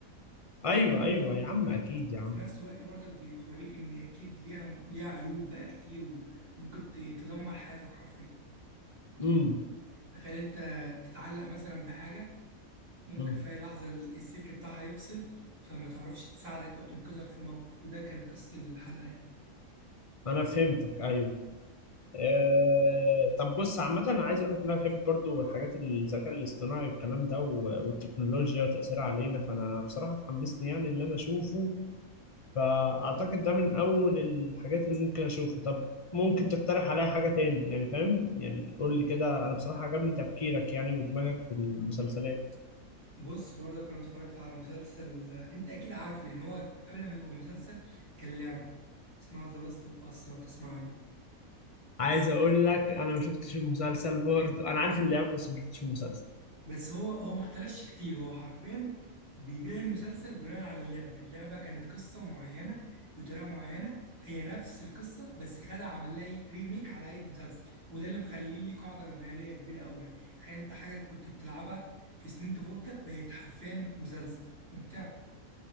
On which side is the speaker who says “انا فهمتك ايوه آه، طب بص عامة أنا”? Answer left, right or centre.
Left